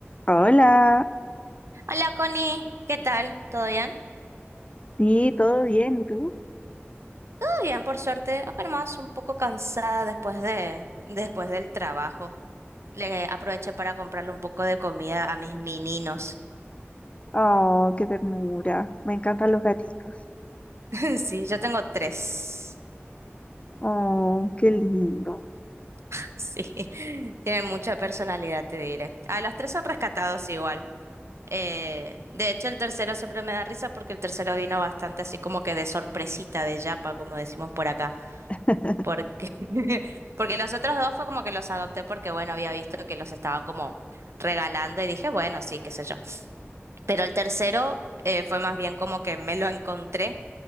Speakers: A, on the left; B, on the right.
A: Hola,
B: Hola Connie, ¿qué tal? ¿Todo bien? Todo
A: sí, todo bien, ¿y tú?
B: bien, por suerte. Acá nomás un poco cansada después de, después del trabajo. Le aproveché para comprarle un poco de comida a mis mininos.
A: Oh, qué ternura, me encantan los gatitos.
B: <laughs> Sí, yo tengo tres.
A: Oh, qué lindo.
B: <laughs> Sí, tienen mucha personalidad, te diré. A los tres son rescatados igual. Eh, de hecho, el tercero siempre me da risa porque el tercero vino bastante así como que de sorpresita, de yapa, como decimos por acá.
A: <laughs>
B: porque, <laughs> porque los otros dos fue como que los adopté porque, bueno, había visto que los estaban como regalando y dije, bueno, sí, qué sé yo. Pero el tercero eh, fue más bien como que me lo encontré